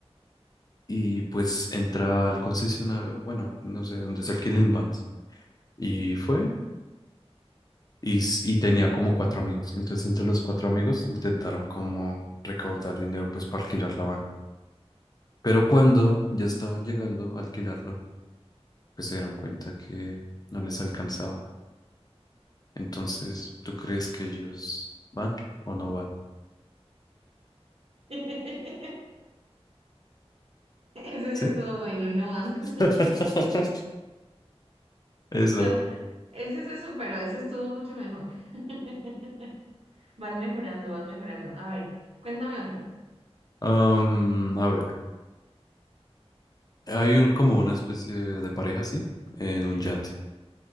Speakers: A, on the left; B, on the right.
A: y pues entra al concesionario, bueno, no sé dónde se alquilen vans y fue y, s- y tenía como cuatro amigos. Entonces entre los cuatro amigos intentaron como recaudar dinero pues para alquilar la van. Pero cuando ya estaban llegando a alquilarlo, pues se dieron cuenta que no les alcanzaba. Entonces, ¿tú crees que ellos van o no van?
B: <laughs> Ese sí
A: ¿Sí?
B: estuvo bueno, no van.
A: <laughs>
B: <laughs>
A: Eso.
B: No, ese se superó, ese estuvo mucho mejor. <laughs> Vas mejorando, vas mejorando. A ver, cuéntame otro.
A: Am, a ver. Hay un- como una especie de pareja así, en un yate.